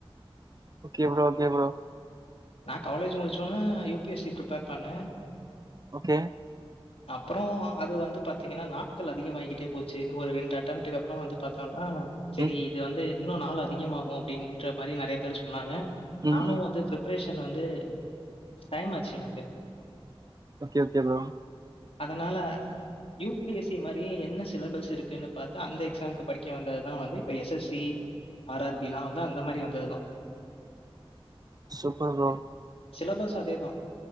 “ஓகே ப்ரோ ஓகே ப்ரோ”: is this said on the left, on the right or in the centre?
Right